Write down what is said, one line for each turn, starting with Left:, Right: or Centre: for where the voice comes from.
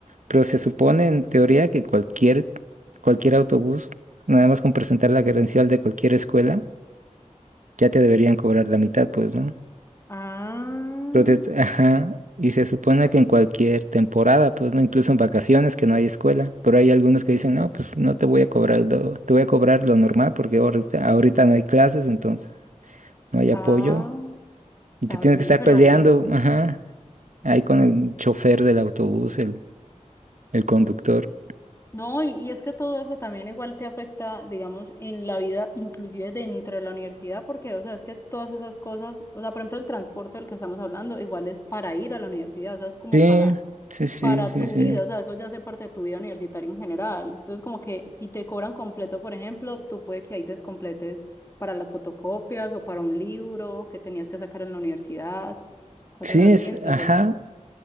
Right: Pero se supone, en teoría, que cualquier, cualquier autobús, nada más con presentar la credencial de cualquier escuela, ya te deberían cobrar la mitad, pues, ¿no?
Left: Ah,
Right: Pero te- <laughs> ajá, y se supone que en cualquier temporada, pues, ¿no? Incluso en vacaciones que no hay escuela. Pero hay algunos que dicen, no, pues, no te voy a cobrar, el do- te voy a cobrar lo normal porque ahorita, ahorita no hay clases, entonces no hay
Left: ah,
Right: apoyo. Y
Left: está
Right: te tienes
Left: bien,
Right: que estar
Left: pero
Right: peleando,
Left: mira,
Right: ajá, ahí con el chofer del autobús, el El conductor.
Left: no, y, y es que todo eso también igual te afecta, digamos, en la vida, inclusive dentro de la universidad, porque, o sea, es que todas esas cosas, o sea, por ejemplo, el transporte del que estamos hablando, igual es para ir a la universidad, o sea, es como
Right: Sí,
Left: para
Right: sí, sí,
Left: para
Right: sí,
Left: tu
Right: sí.
Left: vida, o sea, eso ya hace parte de tu vida universitaria en general. Entonces, como que si te cobran completo, por ejemplo, tú puede que ahí descompletes para las fotocopias o para un libro que tenías que sacar en la universidad, cosas
Right: Sí,
Left: así.
Right: es,
Left: Entonces,
Right: ajá.